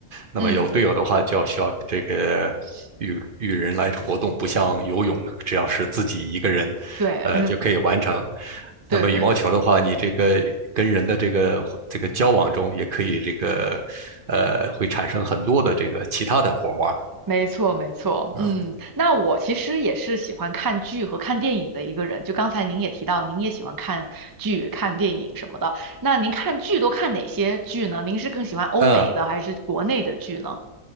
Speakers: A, on the right (about 45°); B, on the right (about 25°).
A: 那么有队友的话，
B: 嗯，
A: 就要需要这个与与人来活动，不像游泳，只要是自己一个人，
B: 对，
A: 呃，
B: <laughs>
A: 就可以完成。
B: 对对对。
A: 那么羽毛球的话，你这个跟人的这个这个交往中，也可以这个，呃，会产生很多的这个其他的火花
B: 没错，没错，
A: 啊，
B: 嗯，那我其实也是喜欢看剧和看电影的一个人。就刚才您也提到，您也喜欢看剧、看电影什么的。那您看剧都看哪些剧呢？您是更喜欢欧美的还是国内的剧呢？
A: 嗯，